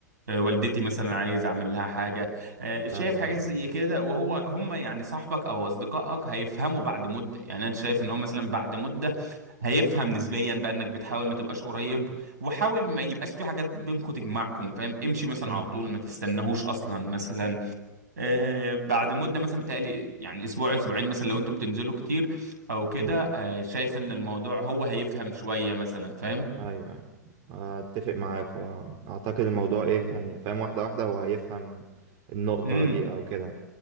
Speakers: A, on the right; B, on the right.
A: آه، والدتي مثلا عايز اعمل لها حاجه آه، شايف
B: أيوه
A: حاجات
B: أيوه
A: زي كده وهو هم يعني صاحبك او اصدقائك هيفهموا بعد مده يعني انا شايف ان هم مثلا بعد مده هيفهم نسبيا بقى انك بتحاول ما تبقاش قريب وحاول ما يبقاش في حاجات بينكم تجمعكم فاهم امشي مثلا
B: م-
A: على طول ما تستناهوش اصلا مثلا آه بعد مده مثلا بتهيألي يعني اسبوع اسبوعين مثلا لو انتوا بتنزلوا كتير او كده
B: م-
A: آه شايف ان الموضوع هو هيفهم شويه مثلا فاهم
B: ايوه اتفق معاك واعتقد الموضوع ايه يعني فاهم واحده واحده هو هيفهم النقطه
A: امم
B: دي او كده